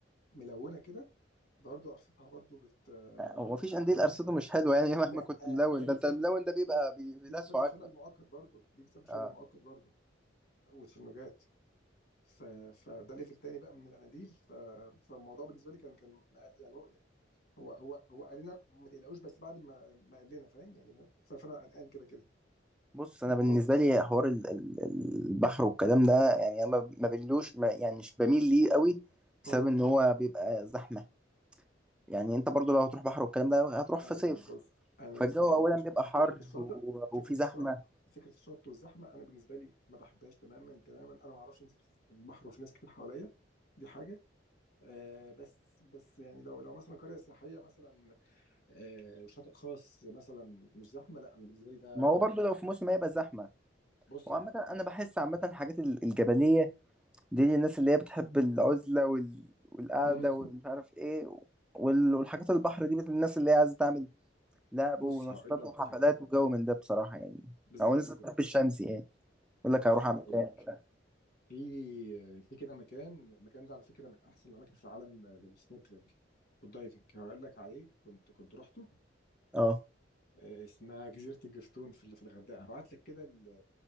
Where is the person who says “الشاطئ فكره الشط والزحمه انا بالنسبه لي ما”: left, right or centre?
Left